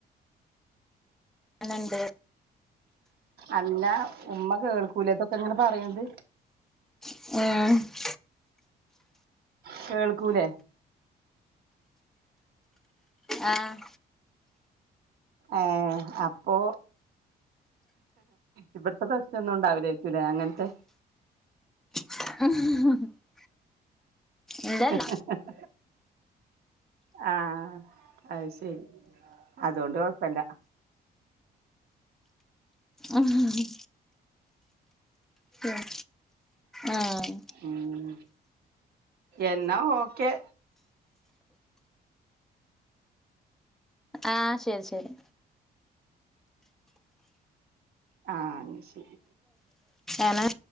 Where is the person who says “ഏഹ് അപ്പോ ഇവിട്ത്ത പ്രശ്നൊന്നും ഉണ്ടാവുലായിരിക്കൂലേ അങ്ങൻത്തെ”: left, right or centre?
Right